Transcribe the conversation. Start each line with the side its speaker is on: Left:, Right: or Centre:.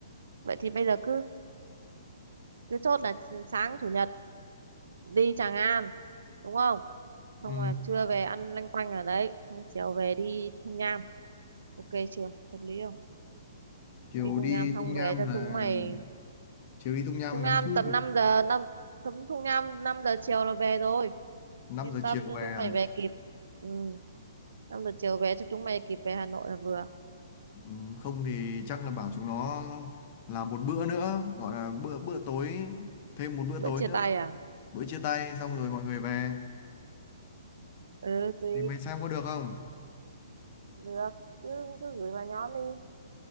Right: vậy thì bây giờ cứ cứ chốt là sáng chủ nhật đi Tràng An đúng không xong
Left: Ừ.
Right: là trưa về ăn lanh quanh ở đấy xong chiều về đi Thung Nham ok chưa hợp lý không
Left: chiều
Right: đi Thung
Left: đi
Right: Nham xong
Left: Tung Nham
Right: về cho
Left: là
Right: chúng mày
Left: chiều đi Tung Nham
Right: Thung Nham
Left: ngắm chim
Right: tầm 5 giờ năm tầm Thung Nham 5 giờ chiều là về rồi
Left: năm
Right: yên
Left: giờ
Right: tâm
Left: chiều
Right: cho
Left: về
Right: chúng mày
Left: à
Right: về kịp ừ năm giờ chiều về cho chúng mày kịp về Hà Nội là vừa
Left: ừ, không thì chắc là bảo chúng nó làm một bữa nữa gọi là bữa bữa tối thêm một bữa
Right: bữa
Left: tối
Right: chia
Left: nữa
Right: tay à
Left: bữa chia tay xong rồi mọi người về
Right: ừ tùy
Left: thì mày xem có được không
Right: được cứ cứ gửi vào nhóm đi